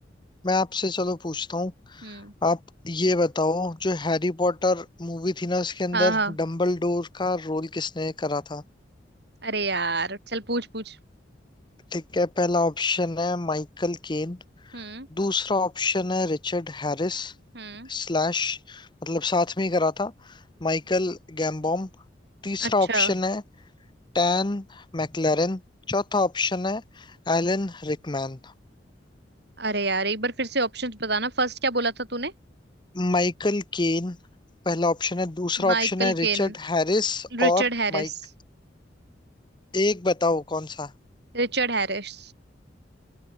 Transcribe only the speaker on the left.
मैं आपसे चलो पूछता हूँ
आप ये बताओ जो हैरी पॉटर मूवी थी ना उसके अंदर
डम्बलडोर का रोल किसने करा था
ठीक है पहला ऑप्शन है माइकल केन
दूसरा ऑप्शन है रिचर्ड हैरिस
स्लैश मतलब साथ में ही करा था माइकल गैम्बॉम तीसरा
ऑप्शन है टैन मैकलेरन चौथा ऑप्शन है एलन रिकमैन
माइकल केन पहला ऑप्शन है दूसरा
ऑप्शन है रिचर्ड
हैरिस
और
माइक एक बताओ कौन सा